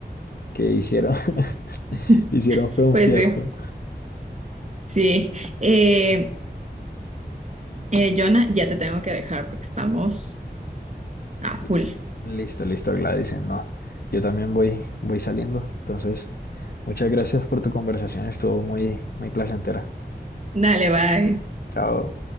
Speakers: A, on the left; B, on the right.
A: que hicieron, <laughs>
B: <laughs>
A: hicieron fue un
B: Pues
A: fiasco.
B: eh, sí, eh, eh, Jonah, ya te tengo que dejar porque estamos a full.
A: L- Listo, listo, Gladys, no, yo también voy, voy saliendo, entonces muchas gracias por tu conversación, estuvo muy, muy placentera.
B: Dale, bye.
A: Chao.